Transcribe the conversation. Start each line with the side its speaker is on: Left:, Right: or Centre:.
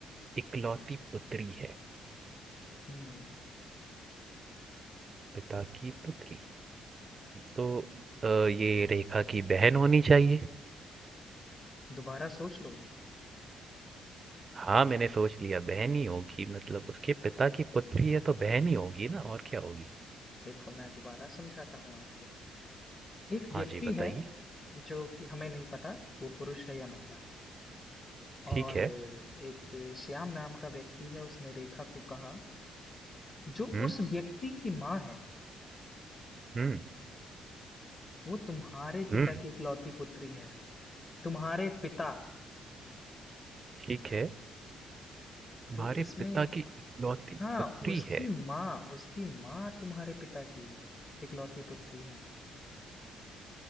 Right: इकलौती पुत्री है
Left: हम्म
Right: पिता की पुत्री तो अ, ये रेखा की बहन होनी चाहिए
Left: दोबारा सोच लो
Right: हाँ, मैंने सोच लिया बहन ही होगी मतलब उसके पिता की पुत्री है तो बहन ही होगी ना और क्या होगी?
Left: देखो मैं दोबारा समझाता हूँ आपको एक व्यक्ति
Right: हाँ जी, बताइए।
Left: है जो कि हमें नहीं पता वो पुरुष है या महिला
Right: ठीक
Left: और
Right: है।
Left: एक श्याम नाम का व्यक्ति है उसने रेखा को कहा जो
Right: हुँ,
Left: उस व्यक्ति की माँ है
Right: हुँ,
Left: वो तुम्हारे पिता
Right: हुँ,
Left: की इकलौती पुत्री है तुम्हारे पिता
Right: ठीक है। तुम्हारे
Left: तो इसमें
Right: पिता की इकलौती
Left: हाँ
Right: पुत्री
Left: उसकी
Right: है।
Left: माँ उसकी माँ तुम्हारे पिता की इकलौती पुत्री है